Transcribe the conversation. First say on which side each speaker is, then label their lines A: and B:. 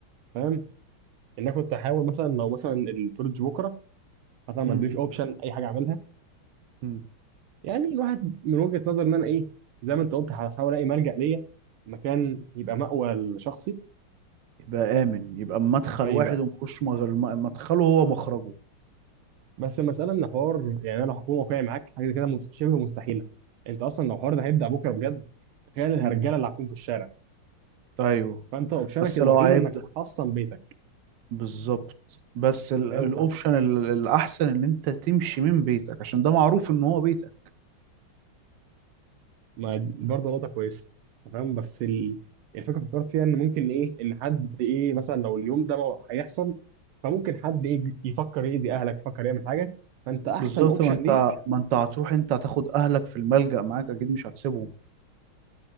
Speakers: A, on the right; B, on the right.
A: فاهم ان انا كنت احاول مثلا لو مثلا البروج بكره مثلا ما
B: مم.
A: اديش اوبشن اي حاجه اعملها
B: مم.
A: يعني الواحد من وجهه نظر ان انا ايه زي ما انت قلت هحاول الاقي ملجأ ليا مكان يبقى مأوى لشخصي
B: يبقى امن يبقى مدخل
A: اي
B: واحد
A: بقى
B: ومخش غير م- مدخله هو مخرجه
A: بس المساله ان حوار يعني انا لو هكون واقعي معاك حاجه كده مس- شبه مستحيله انت اصلا لو الحوار ده هيبدأ بكره بجد تخيل الهرجله
B: مم.
A: اللي هتكون في الشارع
B: ايوه
A: فانت اوبشنك
B: بس
A: الوحيد
B: لو هيبدأ
A: انك تحصن بيتك
B: بالظبط بس ال-
A: فاهم
B: الاوبشن ال- الاحسن ان انت تمشي من بيتك عشان ده معروف ان هو بيتك
A: ما دي برضه نقطة كويسة تمام بس ال... الفكرة فكرت فيها إن ممكن إيه إن حد إيه مثلا لو اليوم ده ما هيحصل فممكن حد إيه يفكر يأذي أهلك يفكر يعمل حاجة فأنت أحسن
B: بالظبط
A: أوبشن
B: ما انت
A: ليك
B: ما انت هتروح انت هتاخد اهلك في الملجأ معاك اكيد مش هتسيبهم